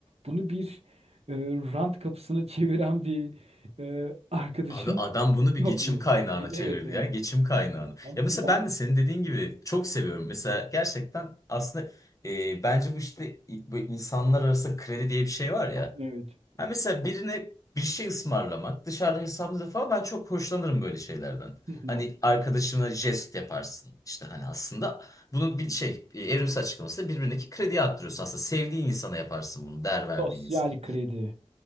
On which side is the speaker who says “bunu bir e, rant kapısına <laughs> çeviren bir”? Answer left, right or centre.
Right